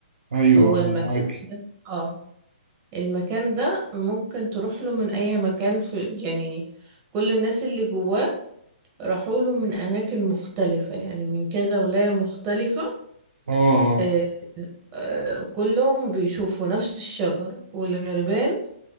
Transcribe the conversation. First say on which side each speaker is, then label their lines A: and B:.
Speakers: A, on the right; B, on the right.
A: ايوه
B: هو
A: آه،
B: المكان
A: معاكي
B: ده اه المكان ده ممكن تروح له من اي مكان في يعني كل الناس اللي جواه راحوا له من اماكن مختلفة يعني من كذا ولاية مختلفة
A: اه اه
B: آه، آه، كلهم بيشوفوا نفس الشجر والغربان